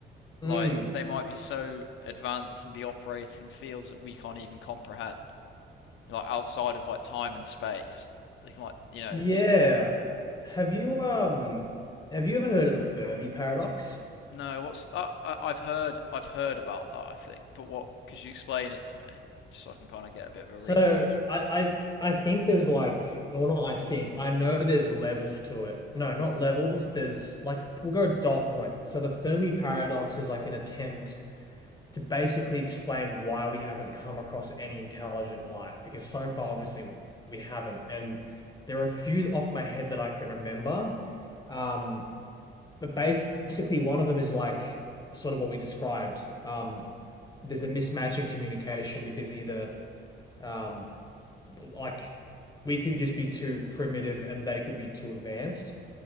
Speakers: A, on the left; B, on the left.
A: Like,
B: Mm,
A: they might be so advanced and be operating in fields that we can't even comprehend, like outside of like time and space. They can like, you know,
B: yeah.
A: it's just,
B: Have you um have you ever heard of the Fermi paradox?
A: No, what's I, I I've heard I've heard about that, I think. But what could you explain it to me just so I can kind of get a bit of a
B: So
A: refresh?
B: I I I think there's like well not I think I know there's levels to it. No, not levels. There's like we'll go dot points. So the Fermi paradox is like an attempt to basically explain why we haven't come across any intelligent life because so far obviously we haven't. And there are a few off my head that I can remember. Um, but basically one of them is like sort of what we described. Um, there's a mismatch in communication because either um, like we could just be too primitive and they could be too advanced.